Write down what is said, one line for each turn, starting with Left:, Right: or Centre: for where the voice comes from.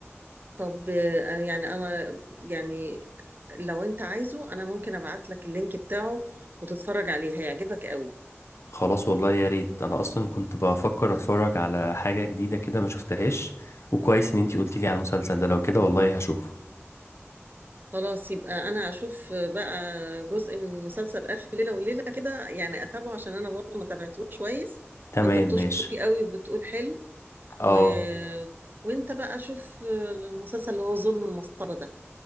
Right: طب آه يعني انا يعني لو انت عايزه انا ممكن ابعت لك اللينك بتاعه وتتفرج عليه هيعجبك قوي
Left: خلاص والله يا ريت انا اصلا كنت بفكر اتفرج على حاجة جديدة كده ما شفتهاش وكويس ان انتي قلتي لي على المسلسل ده لو كده والله هشوفه
Right: خلاص يبقى انا اشوف بقى جزء من مسلسل الف ليله وليله كده يعني اتابعه عشان انا برضه ما تابعتوش كويس
Left: تمام
Right: وانت بتشكر
Left: ماشي
Right: فيه قوي وبتقول حلو و...
Left: اه
Right: وانت بقى شوف المسلسل اللي هو ظلم المصطبه ده